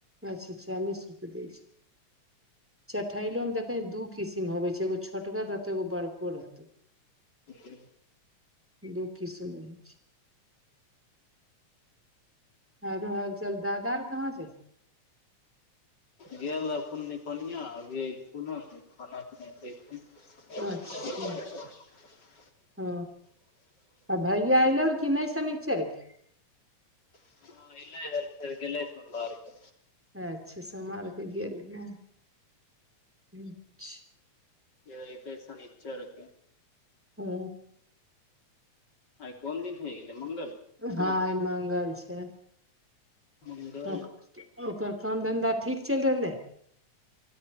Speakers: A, in the centre; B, on the left.
A: अच्छा चालीस रुपे दै छै चठैलो मे देखै दू किसिम होबै छै एगो छोटगर रहतौ एगो बड़को रहतौ
B: <unintelligible>
A: दू किसिम रहै छै हरो हाल चल दादार कहाँ छै
B: गेल रहथुन कोनिया अभीन खाना पीना <unintelligible>
A: अच्छा ओ आ भैया आइल आर कि नहि सनिचर के
B: हँ एले हल फेर गेले सोमबारके
A: अच्छा सोमवार केऽ गेलय ने अच्छा
B: लियऽ ई पैसा नहि चलते
A: हू
B: आइ कोन दिन होइ गेलै मंगल
A: हँ
B: बुध
A: आई मंगल छै
B: मंगल
A: ओकर ओकर काम धन्धा ठीक चलि रहलै